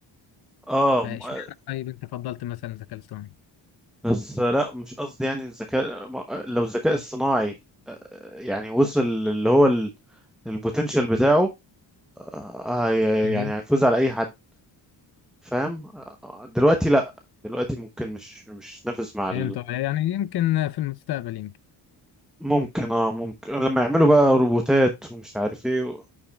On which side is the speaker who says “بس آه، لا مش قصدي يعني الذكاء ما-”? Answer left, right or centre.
Centre